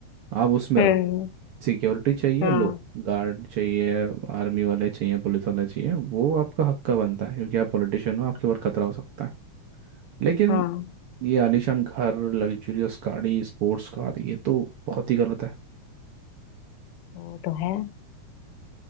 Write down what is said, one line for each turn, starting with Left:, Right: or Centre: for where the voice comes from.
Right: आप उसमें
Left: हम्म,
Right: रहो सिक्योरिटी चाहिए
Left: हाँ
Right: लो गार्ड चाहिए आर्मी वाले चाहिए पुलिस वाले चाहिए वो आपका हक का बनता है क्योंकि आप पॉलिटिशियन हो आपके ऊपर खतरा हो सकता है लेकिन
Left: हाँ
Right: ये आलीशान घर लग्जूरियस गाड़ी स्पोर्ट्स कार ये तो बहुत ही गलत है
Left: वो तो है